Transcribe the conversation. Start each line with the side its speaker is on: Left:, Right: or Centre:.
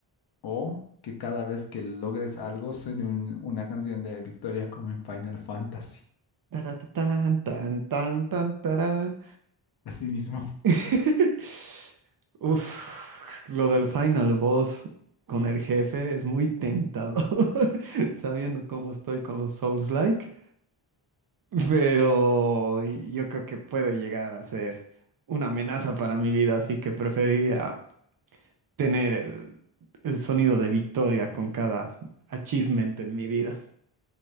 Left: ¿O que cada vez que logres algo suene un- una canción de victoria como en Final Fantasy?
Right: Taratatán, tan, tan, tan, tarán.
Left: Así mismo.
Right: <laughs> Uf, lo del final boss con el jefe es muy tentador, <laughs> sabiendo cómo estoy con los Souls-like, pero yo creo que puede llegar a ser una amenaza para mi vida, así que preferiría tener el, el sonido de victoria con cada achievement en mi vida.